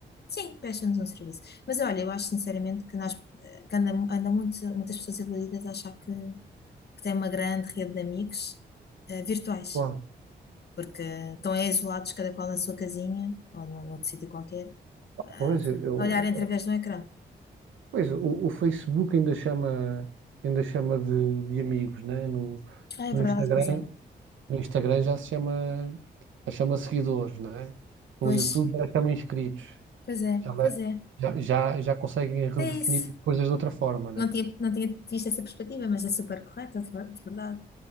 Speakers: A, on the left; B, on the right.
A: sim, presta-nos um serviço. Mas olha, eu acho sinceramente que, nós, eh, que anda anda muito, muitas pessoas iludidas a achar que, que têm uma grande rede de amigos eh, virtuais,
B: Claro.
A: porque estão é isolados, cada qual na sua casinha ou num outro sítio qualquer, ah,
B: Pois, eu,
A: a olhar através de um ecrã.
B: pois o, o Facebook ainda chama, ainda chama de, de amigos, né? No,
A: Ah, é
B: no
A: verdade,
B: Instagram,
A: pois é.
B: no Instagram já se chama, já chama seguidores, né? No
A: Pois,
B: YouTube já chama inscritos.
A: pois é,
B: já, le-
A: pois é.
B: já, já, já conseguem redefinir
A: É isso.
B: as coisas de outra forma, né?
A: Não tinha, não tinha visto essa perspectiva, mas é super correta, de ver- de verdade.